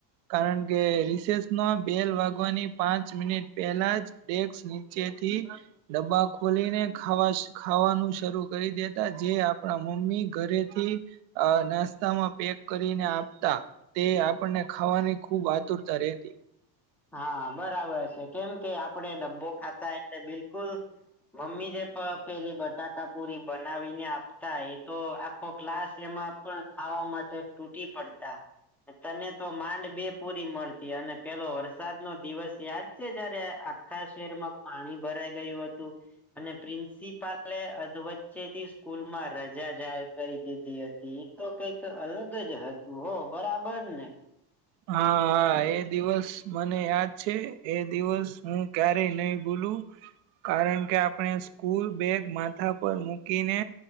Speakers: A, on the right; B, in the centre.
A: કારણ કે રિસેસના બેલ વાગવાની પાંચ મિનિટ પહેલા જ ડેસ્ક નીચેથી ડબ્બા ખોલીને ખાવા ખાવાનું શરૂ કરી દેતા, જે આપણા મમ્મી ઘરેથી અ નાસ્તામાં પેક કરીને આપતા. તે આપણને ખાવાની ખૂબ આતુરતા રહેેતી.
B: હા, બરાબર છે. કેમ કે આપડે ડબ્બો ખાતા એટલે બિલકુલ મમ્મી જે પ પેલી બટાકા પુરી બનાવીને આપતા, એ તો આખો ક્લાસ એમાં પણ ખાવા માટે ટૂટી પડતા. તને તો માંડ બે પૂરી મળતી. અને પેલો વર સાદ નો દિવસ યાદ છે, જયારે આખા શહેરમાં પાણી ભરાઈ ગયું હતું! અને પ્રિન્સિપલે અધવચ્ચેથી સ્કૂલમાં રજા જાહેર કરી દીધી હતી. ઈ તો કઈક અલગ જ હતું હોં. બરાબર ને!
A: હા, હા,
B: હમ
A: એ દિવસ મને યાદ છે. એ દિવસ હું ક્યારેય નહી ભૂલું. કારણકે આપણે સ્કૂલ બેગ માથા પર મૂકીને